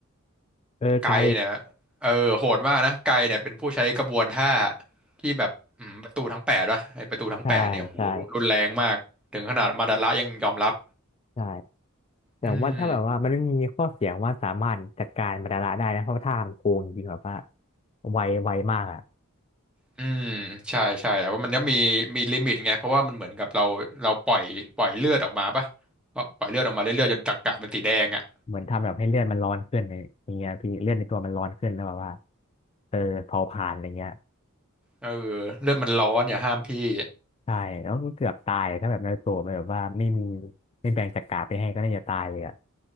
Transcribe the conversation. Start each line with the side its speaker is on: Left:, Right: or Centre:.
Left: เออไกล
Centre: ไกเนี่ยเออโหดมากนะไกเนี่ยเป็นผู้ใช้กระบวนท่าที่แบบอืมประตูทั้งแปดวะไอประตูทั้งแปดเนี่ยโหรุนแรงมากถึงขนาดมาดาระยังยอมรับ
Left: ใช่ใช่ใช่แต่ว่าถ้าแบบว่ามันไม่มีข้อเสียว่าสามารถจัดการมาดาระได้นะเพราะว่าท่ามันโกงจริงแบบว่า
Centre: อืม
Left: ไวไวมากอ่ะ
Centre: อืมใช่ใช่แต่ว่ามันก็มีมีลิมิตไงเพราะว่ามันเหมือนกับเราเราปล่อยปล่อยเลือดออกมาปะก็ปล่อยเลือดออกมาเรื่อยๆจนจักระมันสีแดงอ่ะ
Left: เหมือนทำแบบให้เลือดมันร้อนขึ้นในอย่างเงี้ยพี่เลือดในตัวมันร้อนขึ้นแล้วแบบว่าเออเผาผลาญอะไรเงี้ย
Centre: เออเลือดมันร้อนอย่าห้ามพี่
Left: ใช่แล้วก็เกือบตายถ้าแบบในารูโตัวมันแบบว่าไม่มีไม่แบ่งจักราไปให้ก็น่าจะตายเลยอ่ะ